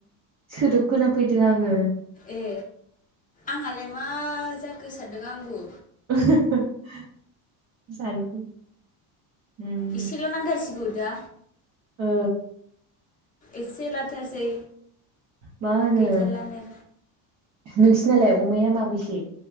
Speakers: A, on the right (about 40°); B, on the left (about 20°).
A: सोदोब खोना फैदों आङो।
B: ए आंहालाय मा जाखो सानदों आंबो
A: <inaudible> उम
B: इसेल' नांथारसिगौ दा?
A: औ
B: एसे लाथारसै
A: मा होनो
B: गैथारलानो।
A: नोंसिनालाय अमाया माबेसे?